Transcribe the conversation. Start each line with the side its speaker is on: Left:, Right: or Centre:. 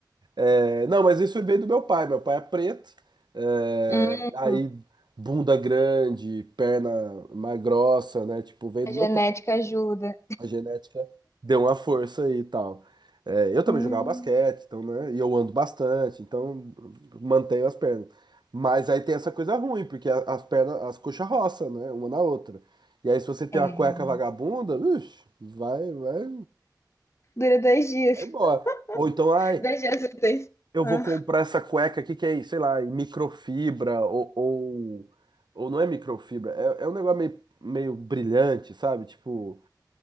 Right: É, não, mas isso veio do meu pai. Meu pai é preto, é,
Left: Hum.
Right: aí bunda grande, perna mais grossa, né? Tipo, veio
Left: A
Right: do
Left: genética
Right: meu pai.
Left: ajuda.
Right: A genética deu uma força aí e tal. É, eu também
Left: Hum,
Right: jogava basquete, então, né? E eu ando bastante, então mantenho as pernas. Mas aí tem essa coisa ruim, porque a- as pernas, as coxas roçam, né? Uma na outra. E aí, se você tem
Left: É,
Right: uma cueca
Left: realmente.
Right: vagabunda, ixi, vai, vai,
Left: dura dois dias.
Right: vai embora. Ou então, ai,
Left: <laughs> Dois dias úteis.
Right: eu
Left: Ah,
Right: vou comprar essa cueca aqui que é, sei lá, microfibra, ou, ou, ou não é microfibra, é, é um negócio meio, meio brilhante, sabe? Tipo.